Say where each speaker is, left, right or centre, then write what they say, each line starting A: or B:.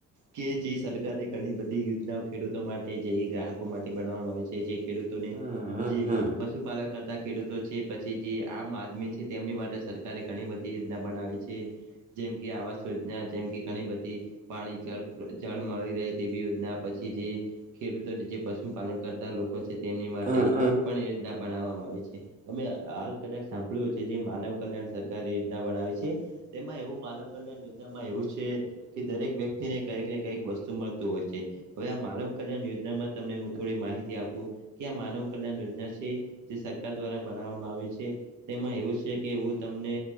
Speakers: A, on the right; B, on the right.
A: કે જે સરકારે ઘણી બધી યોજનાઓ ખેડૂતો માટે જે ગ્રાહકો માટે બનાવવામાં આવે છે, જે ખેડૂતોને
B: હમ
A: જે
B: હમ
A: પશુ કરતા ખેડૂતો છે, પછી જે આમ આદમી છે, તેમની માટે સરકારે ઘણી બધી યોજના બનાવી છે. જેમ કે આવાસ યોજના, જેમ કે ઘણી બધી પાણી જળ જળ મળી રહે તેવી યોજના, પછી જે ખેડૂતો જે પશુપાલન કરતા લોકો છે, તેમની માટે
B: હમ
A: પણ યોજના બનાવવામાં આવે છે, અમે હાલ કદાચ સાંભળ્યું હશે, જે માનવ કલ્યાણ સરકાર યોજના બનાવી છે. તેમાં એવું માનવ કલ્યાણ યોજનામાં એવું છે. કે દરેક વ્યક્તિને કંઈક ને કંઈક વસ્તુ મળતું હોય છે. હવે આ માનવ કલ્યાણ યોજનામાં તમને હું થોડી માહિતી આપું કે આ માનવ કલ્યાણ યોજના છે. જે સરકાર દ્વારા બનાવવામાં આવે છે, તેમાં એવું છે કે હું તમને